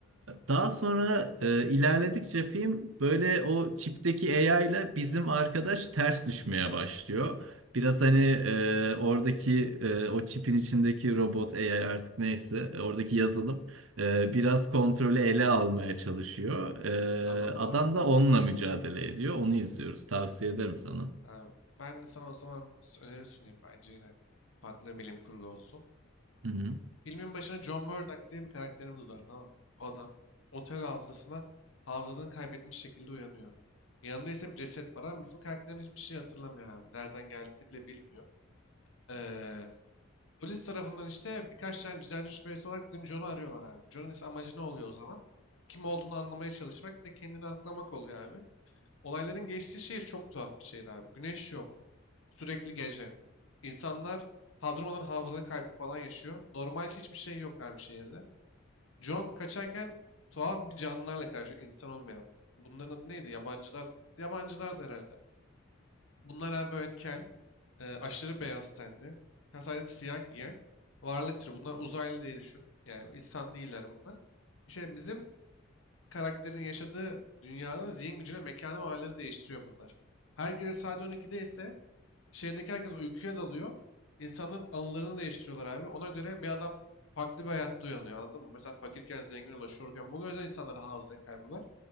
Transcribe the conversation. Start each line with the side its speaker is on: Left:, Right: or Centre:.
Right: daha sonra e, ilerledikçe film böyle o çipteki AI ile bizim arkadaş ters düşmeye başlıyor. Biraz hani e, oradaki e, o çipin içindeki robot AI artık neyse e, oradaki yazılım e, biraz kontrolü ele almaya çalışıyor.
Left: Anladım
Right: E, adam
Left: abi.
Right: da onunla mücadele ediyor. Onu izliyoruz. Tavsiye ederim sana.
Left: Abi, ben de sana o zaman bir s- öneri sunayım. Bence yine farklı bilim kurgu olsun.
Right: Hı hı.
Left: Filmin başına John Murdock diye bir karakterimiz var tamam mı? O adam otel hafızasına hafızasını kaybetmiş şekilde uyanıyor. Yanında ise bir ceset var ama bizim karakterimiz bir şey hatırlamıyor abi. Nereden geldiğini bile bilmiyor. Ee, polis tarafından işte birkaç tane cinayet şüphelisi olarak bizim John'u arıyorlar abi. John'un ise amacı ne oluyor o zaman? Kim olduğunu anlamaya çalışmak ve kendini aklamak oluyor abi. Olayların geçtiği şehir çok tuhaf bir şehir abi. Güneş yok. Sürekli gece. İnsanlar hadrumadan hafıza kaybı falan yaşıyor. Normal hiçbir şey yok abi şehirde. John kaçarken tuhaf bir canlılarla karşı insan olmayan. Bunların adı neydi? Yabancılar. Yabancılar da herhalde. Bunlar abi böyle kel, e, aşırı beyaz tenli, ya sadece siyah giyen varlık türü. Bunlar uzaylı diye düşün. Yani insan değiller bunlar. İşte bizim karakterin yaşadığı dünyanın zihin gücüne, mekana ve olayları değiştiriyor bunlar. Her gece saat 12'de ise şehirdeki herkes uykuya dalıyor. İnsanların anılarını değiştiriyorlar abi. Ona göre bir adam farklı bir hayatta uyanıyor anladın mı? Mesela fakirken zengin ulaşıyorken buluyor. O yüzden insanların hafıza kaybı var.